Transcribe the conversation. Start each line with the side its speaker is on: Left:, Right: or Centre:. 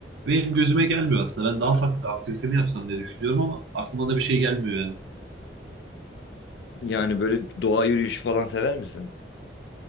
Right: Benim gözüme gelmiyor aslında. Ben daha farklı bir aktivite mi yapsam diye düşünüyorum ama aklıma da bir şey gelmiyor yani.
Left: Yani böyle doğa yürüyüşü falan sever misin?